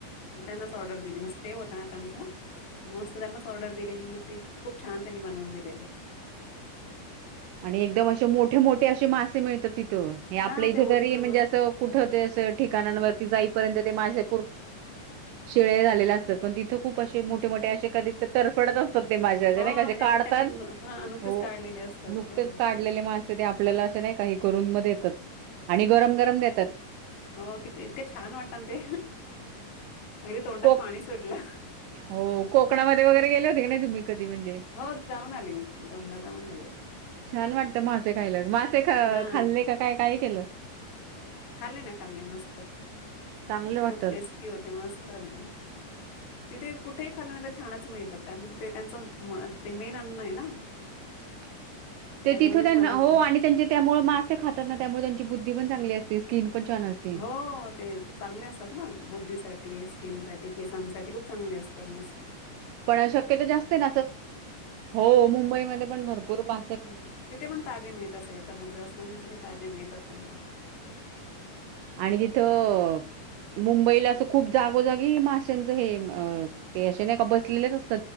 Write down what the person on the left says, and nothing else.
मग त्यांनाच ऑर्डर दिली म ते होता ना त्यांच मस्त त्यांनाच ऑर्डर दिलेली मग ते खूप छान त्यांनी बनवून दिलेले.
हा
ते ओरिजिनल
मस्त
हो,
म्हणजे
अगदी त्यांनी न हां, नुकतेच
काढलेले असतात
ते.
हो.
हो किती इतकं छान वाटत ना ते अगदी तोंडाला
पाणी सुटलं.
हो जाऊन आले मी पण दोनदा जाऊन आले.
हां,
खाल्ले ना खाल्ले मस्त
खूप टेस्टी होते मस्त अगदी. तिथे कुठेही खाल्लं नाही तर छानच मिळतात, कारण तिथे त्यांच ते मेन अन्नये ना.
त्याच्यामध्ये
छानच
बनवतात.
हो ते चांगले असतात ना बुद्धीसाठी, स्किन साठी, केसांसाठी खूप चांगले असतात. तरण असं.
हम्म तिथ पण ताजे मिळतात सगळे समुद्र असल्यामुळे सगळे ताजे मिळ तात त्यांना.